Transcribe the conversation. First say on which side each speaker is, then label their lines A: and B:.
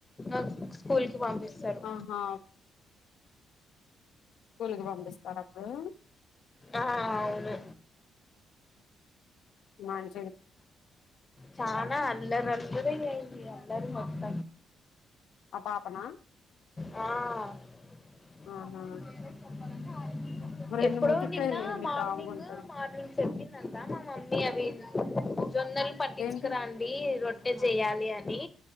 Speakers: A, on the left; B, on the left.
A: ఇ స్కూల్కి పంపిస్తారు
B: ఆహా స్కూల్కి పంపిస్తారు అప్పుడు
A: ఆహా అవును
B: వన్
A: చాన అలరల్రే అయి అల్లరి అంత
B: ఆ పాపనా
A: ఆ
B: ఆహా రెండు
A: ఎప్పుడో
B: ముటిక్కాయలు
A: నిన్న
B: వేయండి
A: మార్నింగ్
B: కామ్గా ఉంటది
A: మార్నింగ్ చెప్పిందంత మా మమ్మీ అవి జొన్నలు పట్టించుకురాండి
B: ఏంటి
A: రొట్టె చెయ్యాలి అని